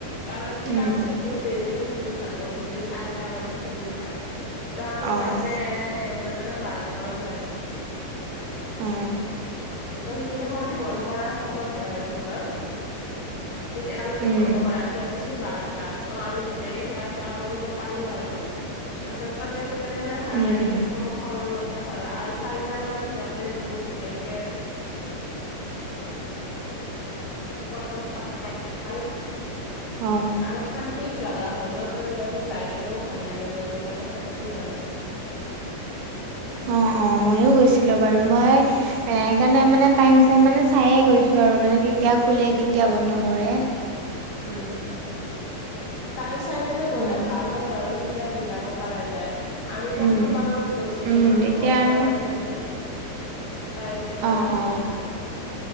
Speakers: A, on the left; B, on the right.
A: কাৰণ কি
B: উম
A: তাৰ পিছত বহুত দেৰি খুলিল হয় গধূলি চাৰিটা মানত খুলিল হয় ত আমি
B: অ'
A: যাওঁতে এ এক বা- টা নে বাৰটা মান বাজিছ-
B: অ'
A: ত সেইখিনি সময় বন্ধ কৰাৰ সময় হয় আৰু সিহঁতৰ। একালৈকে
B: উম
A: বন্ধ কৰে আমি পাইছো বাৰ তাত ত' আমি ধুনীয়াকে সেৱা চেৱা কৰিব পালো আৰু তাৰপিছত তাতে কেনে ভাল
B: উম
A: লাগিল
B: উম
A: সময়মতে হল আৰু চাৰিটা বজাত সিহঁতে বহুত ধুনীয়াকে <unintelligible>
B: অ'
A: আৰু শান- তি জাগা হয় ন তই সিহঁতে যাই কেনেও ভাল লাগে মন বিলাকো শান্তি হয়। <inaudible>
B: অ' অ মইয়ো গৈছিলো বাৰু মই সেইকাৰণে মানে টাইম চাইম মানে চাই গৈছো আৰু মানে খুলে কেতিয়া বন্ধ কৰে।
A: উম টাইম চাই কেনে গ'লে
B: সেনেকে
A: ভাল হয় বাৰু। এতিয়া মিলাব পৰা যায় আমি প্ৰথম
B: উম
A: বাৰো কৈছিলো
B: উম
A: ন
B: তেতিয়া
A: তই গম
B: আৰু
A: পোৱা নাছিলো। টাইম বেলাকৰ
B: অ অ
A: কথা।